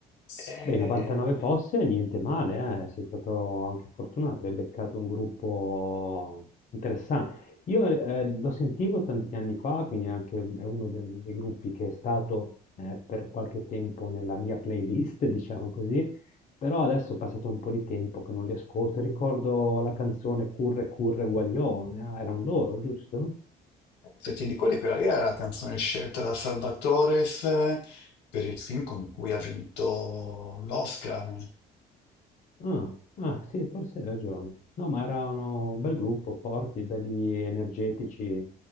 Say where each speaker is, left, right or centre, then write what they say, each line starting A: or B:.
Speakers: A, on the left (about 85°); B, on the left (about 50°).
A: E...
B: Beh, 99 posse, niente male, eh. Sei stato anche fortunato, hai beccato un gruppo interessante. Io eh, lo sentivo tanti anni fa, quindi anche è uno dei, dei gruppi che è stato eh, per qualche tempo nella mia playlist, <laughs> diciamo così, però adesso è passato un po' di tempo che non li ascolto. Ricordo la canzone Curre Curre Guaglione, eh, erano loro, giusto?
A: Se ti ricordi, quella lì era la canzone scelta da Salvatores per il film con cui ha vinto l'Oscar.
B: Ah, ah, sì, forse hai ragione. No, ma erano un bel gruppo, forti, belli energetici,